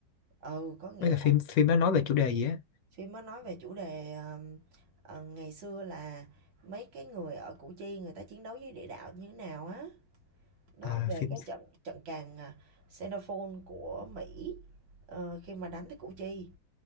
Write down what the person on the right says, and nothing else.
ừ, có nghĩa
là
phim nó nói về chủ đề, ờm, ờ, ngày xưa là mấy cái người ở Củ Chi người ta chiến đấu với địa đạo như thế nào á. Nó
về
cái trận trận càn, à, Xenophon của Mỹ, ờ, khi mà đánh tới Củ Chi.